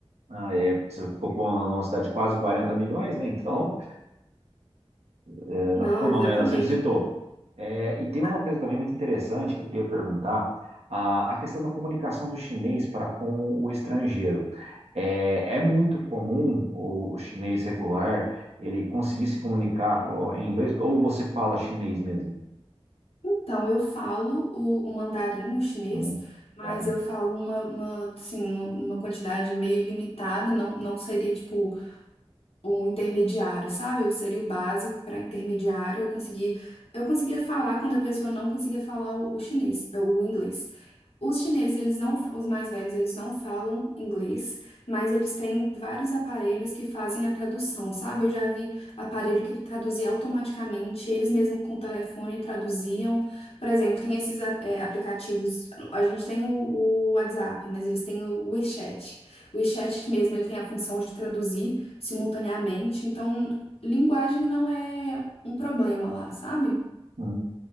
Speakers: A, on the right; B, on the left.
A: Ah, é, você ficou com uma, uma cidade de quase 40 milhões, né? Então, É,
B: Não,
A: Não ficou,
B: exatamente.
A: não, né? Você visitou. É, e tem
B: Ah,
A: uma coisa também muito interessante que eu queria perguntar: a, a questão da comunicação do chinês para com o estrangeiro. É, é muito comum o, o chinês regular ele conseguir se comunicar ó, em inglês, ou você fala chinês mesmo?
B: Então, eu falo o, o mandarim, o chinês,
A: Hum,
B: mas
A: tá aí.
B: eu falo numa, uma, assim, nu- numa quantidade meio limitada, não, não seria, tipo, um intermediário, sabe? Eu seria o básico para intermediário. Eu consegui, eu conseguia falar quando a pessoa não conseguia falar o, o chinês, o inglês. Os chineses, eles não, os mais velhos, eles não falam inglês, mas eles têm vários aparelhos que fazem a tradução, sabe? Eu já vi aparelho que traduzia automaticamente, eles mesmo com o telefone traduziam. Por exemplo, tem esses a- é, aplicativos, a gente tem o, o WhatsApp, mas eles têm o WeChat. O WeChat mesmo, ele tem a função de traduzir simultaneamente, então linguagem não é um problema lá, sabe?
A: Hum.